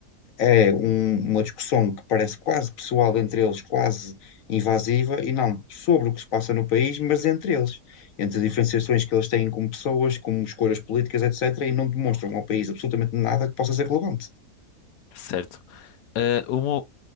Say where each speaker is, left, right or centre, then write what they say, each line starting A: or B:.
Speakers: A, on the left; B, on the left.
A: é um- uma discussão que parece quase pessoal entre eles, quase invasiva, e não sobre o que se passa no país, mas entre eles, entre as diferenciações que eles têm como pessoas, como escolhas políticas, etc., e não demonstram ao país absolutamente nada que possa ser relevante.
B: certo? Ah, uma-